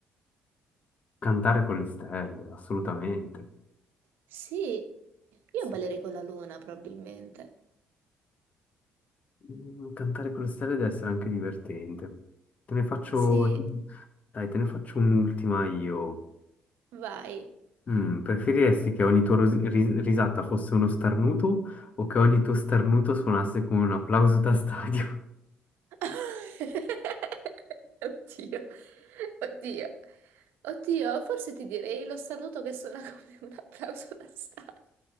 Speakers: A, on the left; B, on the right.
A: Cantare con le stelle, assolutamente.
B: Sì, io
A: Sì.
B: ballerei con la luna probabilmente.
A: Mm, Cantare con le stelle deve essere anche divertente. Te ne faccio...
B: Sì,
A: Dai, te ne faccio un'ultima io.
B: vai.
A: Mm, preferiresti che ogni tua ros- ri- risata fosse uno starnuto o che ogni tuo starnuto suonasse come un applauso da stadio? <laughs>
B: <laughs> Oddio, oddio, oddio, forse ti direi lo saluto che suona come un applauso da stadio.